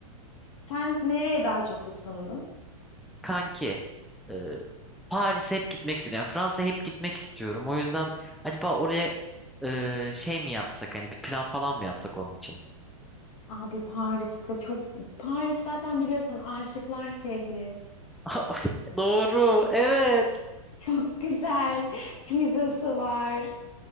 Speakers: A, on the left; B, in the centre.
A: Sen nereye daha çok ısındın?
B: Kanki e, Paris'e hep gitmek istiyorum. Yani Fransa'ya hep gitmek istiyorum. O yüzden acaba oraya e, şey mi yapsak? Hani bir plan falan mı yapsak onun için?
A: Abi Paris'te çok... Paris zaten biliyorsun aşıklar şehri.
B: <laughs> Doğru. Evet.
A: Çok güzel. Pizzası var.